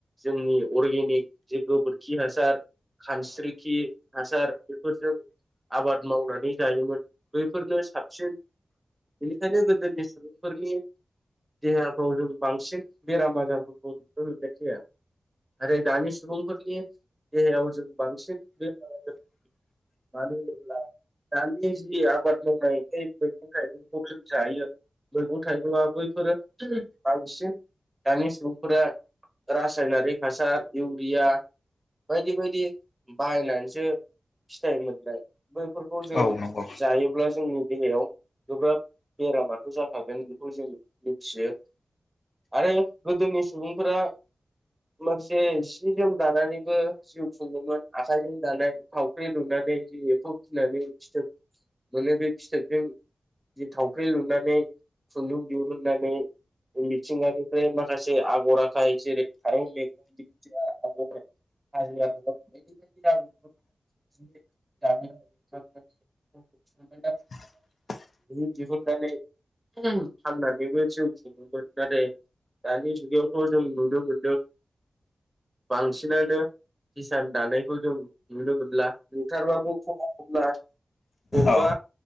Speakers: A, on the right; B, on the left.
A: जोंनि अर्गेनिक जे गोबोरखि हासार खानस्रिखि हासार बेफोरजों आबाद मावनानै जायोमोन बैफोरनो साबसिन बेनिखायनो गोदोनि सुबुंफोरनि देहाफ्राव जों बांसिन बेराम आजारफोरखौ न मोननाय जाया। आरो दानि सुबुंफोरनि देहायाव जों बांसिन बेमार आजार मानो होनोब्ला दानि जि आबाद मावनाय बे मैगं थाइगंखौ जों जायो। मैगं थाइगंआ बैफोरो बांसिन दानि सुबुंफोरा रासायनारिक हासार इउरिया बायदि बायदि बाहायनानैसो फिथाइ मोननाय बैफोरखौ जों
B: औ नंगौ
A: जायोब्ला जोंनि देहायाव गोब्राब बेरामाथ' जाखागोन बेखौ जों मिथियो। आरो गोदोनि सुबुंफोरा माखासे सि जोम दानानैबो जिउ खुङोमोन आखायजों दानाय थाव फाइ लुनानै जि एम्फौ फिसिनानै फिथोब मोनो बे फिथोबजों बि थावख्रि लुनानै खुन्दुं दिहिरुननानै मिथिंगानिफ्राय माखासे आगर आखाय जेरै फारौ मेगं दिन्थिया आगर हाजो आगर <unintelligible> <unintelligible>
B: <inaudible>
A: बि दिहुननानै फाननानैबो जिउ खुङोमोन नाथाय दानि जुगावथ' जों नुनो मोनदों बांसिनानो किसान दानायखौ जों नुनो मोनला। बुथारबाबो खमा खमला बबेबा
B: औ